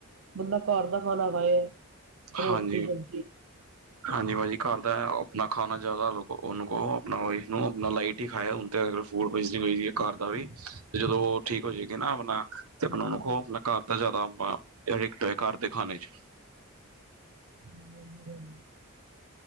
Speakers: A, on the right (about 65°); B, on the right (about 85°).
A: ਬੰਦਾ ਘਾਰ ਦਾ ਖਾਨਾ ਖਾਏ, ਰੋਟੀ
B: ਹਾਂਜੀ
A: ਸਬਜੀ।
B: ਹਾਂਜੀ, ਭਾਜੀ ਘਾਰ ਦਾ। ਅਪਨਾ ਖਾਨਾ ਜਾਦਾ ਆ, ਓਨੂ ਕੋ ਆਪਨਾ ਵਾਈਫ ਨੂੰ ਆਪਣਾ ਲਾਈਟ ਈ ਖਾਏ ਹੁਨ ਤੇ ਅ ਫੂੜ ਪੋਏਜਨੀਂਗ ਹੋਈ ਵੀ ਏ। ਘਾਰ ਦਾ ਵੀ ਤੇ ਜਦੋਂ ਓ ਠੀਕ ਹੋ ਜੇਗੀ ਨਾ ਆਪਨਾ, ਤੇ ਅਪਨਾ ਓਨੂੰ ਕੋ ਆਪਨਾ ਓਨੂ ਕਓ ਘਾਰ ਦਾ ਜਾਦਾ ਆਪ ਤੇ ਐਡੀਕਟ ਹੋਏ ਘਾਰ ਦੇ ਖਾਨੇ ਚ।
A: <unintelligible>